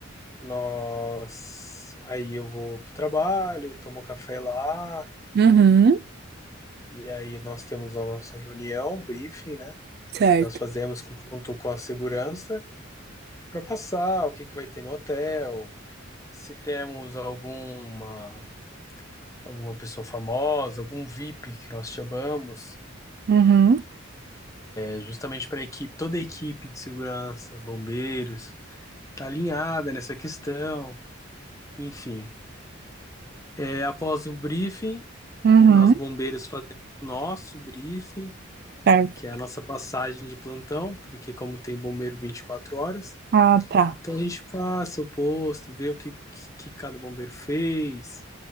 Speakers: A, on the left (about 15°); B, on the right (about 50°).
A: nós... Aí eu vou pro trabalho, tomo café lá,
B: Uhum,
A: e aí nós temos a nossa reunião, briefing, né,
B: certo.
A: que nós fazemos com- junto com a segurança para passar o que que vai ter no hotel, se temos alguma alguma pessoa famosa, algum VIP que nós chamamos,
B: Uhum.
A: é justamente para a equipe, toda a equipe de segurança, bombeiros, tá alinhada nessa questão, enfim. É, após o briefing,
B: Uhum.
A: nós bombeiros fazemos nosso briefing,
B: Certo.
A: que é a nossa passagem de plantão, porque como tem bombeiro 24 horas,
B: Ah, tá.
A: então a gente passa o posto, vê o que, que cada bombeiro fez,